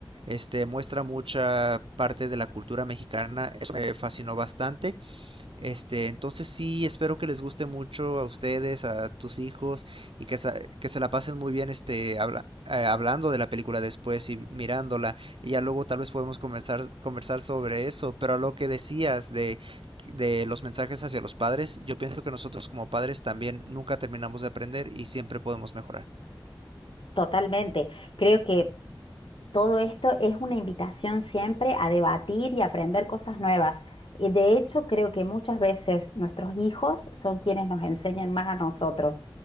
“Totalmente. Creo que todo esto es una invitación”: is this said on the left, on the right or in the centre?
Left